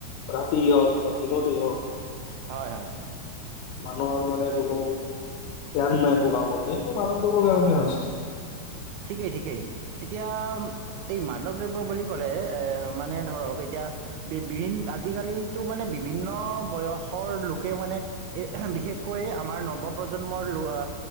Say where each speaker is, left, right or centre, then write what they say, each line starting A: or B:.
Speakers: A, on the left; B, on the right.
A: ৰাতি হ‌ওক বা দিনতে হ‌ওক,
B: হয় হয়
A: মানুহৰ মানে কোনো, ধ্যান নাই একো কামতে, এইটো মাদক দ্ৰব্যৰ কাৰণে হৈছে।
B: ঠিকেই ঠিকেই, এতিয়া এই মাদক দ্ৰব্য বুলি ক'লে, এ মানে ধৰক এতিয়া য়া। বি বিভি- আজিকালিটো মানে বিভিন্ন বয়সৰ লোকে মানে এই বিশেষকৈ আমাৰ নৱপ্ৰজন্মৰ ল- আ,